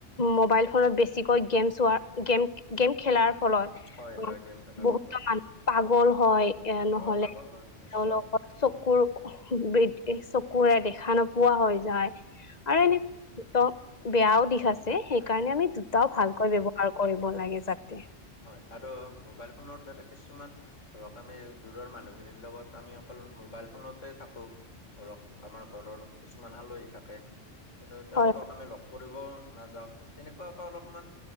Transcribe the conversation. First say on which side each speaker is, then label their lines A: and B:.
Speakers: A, on the left; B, on the left.
A: মোবাইল ফোনত বেছিকৈ গেম চোৱাৰ গেম গেম খেলাৰ ফলত
B: হয়
A: অ'
B: হয় গেম খেলাৰ
A: বহুতো
B: ফলত
A: মানুহ পাগল হয় এ নহলে
B: অ পাগল
A: তেওঁলোকৰ
B: হয় নিশ্চয়
A: চকুৰ বৃদ্ধি চকুৰে দেখা নোপোৱা হৈ যায়। আৰু
B: হয়।
A: এনেত বেয়াও দিশ আছে সেইকাৰণে আমি দুটাও ভালকৈ
B: অ
A: ব্য্ৱহাৰ কৰো। কৰিব লাগে যাতে।
B: হয় আৰু মোবাইল ফোনৰ দ কিছুমান ধৰক আমি দূৰৰ মানুহখিনিৰ লগত আমি অকল মোবাইল ফোনতে থাকো। ধৰক আমাৰ ঘৰৰ কিছুমান আলহী থাকে কিন্তু তেওঁলোকক
A: হয়,
B: আমি লগ কৰিব নাযাও তেনেকুৱা আকৌ অলপমান